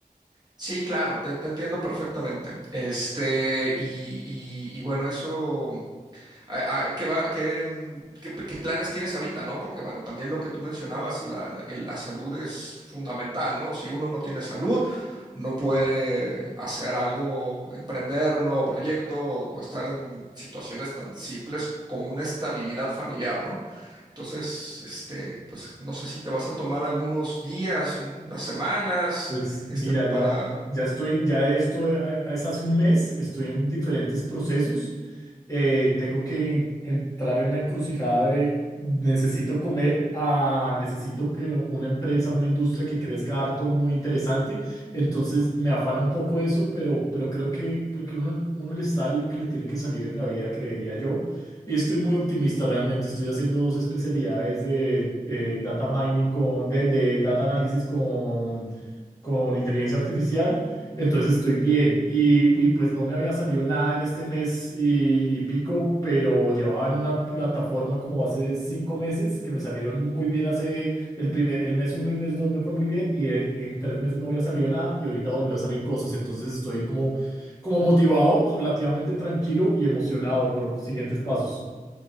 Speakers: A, on the right (about 30°); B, on the left (about 25°).
A: Sí, claro, te, te entiendo perfectamente. Este, y, y- y bueno, eso, a- a- ¿qué va, qué, mm, qué p- qué planes tienes ahorita, ¿no? Porque bueno, también lo que tú mencionabas, la, la- el- la salud es fundamental, ¿no? Si uno no tiene salud, no puede hacer algo, emprender un nuevo proyecto o estar en situaciones tan simples como una estabilidad familiar, ¿no? Entonces, este, pues no sé si te vas a tomar algunos días, un- unas semanas
B: Pues
A: este,
B: mira,
A: para
B: ya, ya estoy, ya de esto eh, es hace un mes, estoy en diferentes procesos. Eh, tengo que entrar en la encrucijada de necesito comer a necesito que una empresa, una industria que crezca harto, muy interesante. Entonces me afana un poco eso, pero, pero creo que, creo que uno, uno le sale lo que le tiene que salir en la vida, creería yo. Y estoy muy optimista realmente. Estoy haciendo dos especialidades de eh, data mining con, de, de data análisis con con inteligencia artificial, entonces estoy bien. Y, y, pues no me había salido nada en este mes y, y pico, pero llevaba en una plataforma como hace cinco meses que me salieron muy bien hace el primer, el mes uno y mes dos me fue muy bien y eh, en tres meses no había salido nada y ahorita volvió a salir cosas, entonces estoy como, como motivado, relativamente tranquilo y emocionado por siguientes pasos.